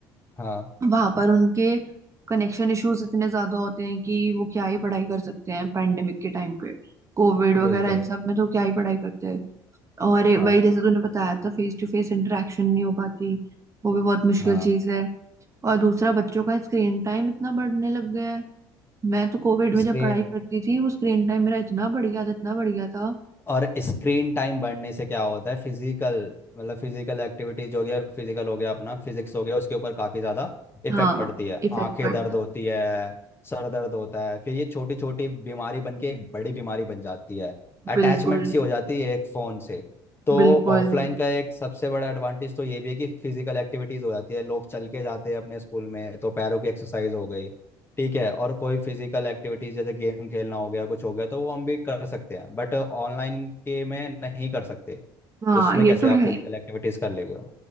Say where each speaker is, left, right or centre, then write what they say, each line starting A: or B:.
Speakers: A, on the left; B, on the right.
A: हाँ
B: वहां पर उनके कनेक्शन इश्यूज इतने ज्यादा होते हैं कि वो क्या ही पढ़ाई कर सकते हैं पैंडेमिक के टाइम पे कोविड वगैरह
A: बिल्कुल
B: इन सब में तो क्या ही पढ़ाई करते हैं और ए-
A: हाँ
B: वही जैसे तूने बताया था फेस टू फेस इंटरेक्शन नहीं हो पाती वो भी बहुत मुश्किल
A: हाँ
B: चीज है और दूसरा बच्चों का स्क्रीन टाइम इतना बढ़ने लग गया है मैं तो कोविड में जब
A: स्क्रीन
B: पढ़ाई करती थी वो स्क्रीन टाइम मेरा इतना बढ़ गया था इतना बढ़ गया था
A: और स्क्रीन टाइम बढ़ने से क्या होता है फिजिकल मतलब फिजिकल एक्टिविटीज हो गया फिजिकल हो गया अपना फिजिक्स हो गया उसके ऊपर काफी ज्यादा इफेक्ट
B: हाँ
A: पड़ती है
B: इफेक्ट
A: आंखें
B: पड़ता
A: दर्द
B: है
A: होती है सर दर्द होता है फिर ये छोटी छोटी बीमारी बन के एक बड़ी बीमारी बन जाती है अटैचमेंट
B: बिल्कुल
A: सी हो जाती है एक फोन से तो
B: बिल्कुल
A: ऑफलाइन का एक सबसे बड़ा एडवांटेज तो ये भी है कि फिजिकल एक्टिविटीज हो जाती है लोग चल के जाते हैं अपने स्कूल में तो पैरों की एक्सरसाइज हो गई ठीक है और कोई फिजिकल एक्टिविटीज जैसे गेम खेलना हो गया कुछ हो गया तो वो हम भी कर सकते हैं बट ऑनलाइन के में नहीं कर सकते
B: हाँ
A: उसमें
B: ये
A: कैसे
B: तो
A: आप
B: है
A: फिजिकल एक्टिविटीज कर लेंगे